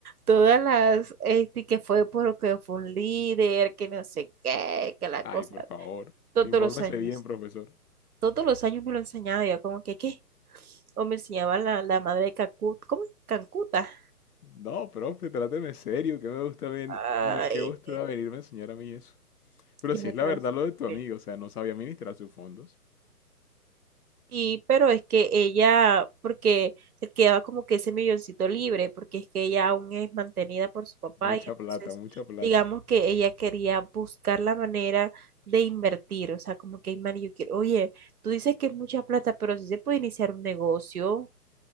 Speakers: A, on the right; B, on the left.
A: todas las, este, que fue porque fue un líder, que no sé qué, que la cosa,
B: Ay, por favor.
A: todos
B: Infórmese
A: los años,
B: bien, profesor.
A: todos los años me lo enseñaba, yo como que, ¿qué? O me enseñaba la, la madre de Cacut, ¿cómo? es? Cancuta.
B: No, profe, tráteme serio, que me gusta ven,
A: Ay,
B: me- que usted va a venirme a enseñar a mí eso. Pero
A: yo
B: si
A: me
B: es
A: quedaba
B: la verdad
A: así.
B: lo de tu amigo, o sea, no sabía administrar sus fondos.
A: Sí, pero es que ella, porque le quedaba como que ese milloncito libre, porque es que ella aún es mantenida por su papá
B: Mucha
A: y entonces
B: plata, mucha plata.
A: digamos que ella quería buscar la manera de invertir, o sea, como que, "Ay, man, yo quiero, oye, tú dices que es mucha plata, pero si se puede iniciar un negocio,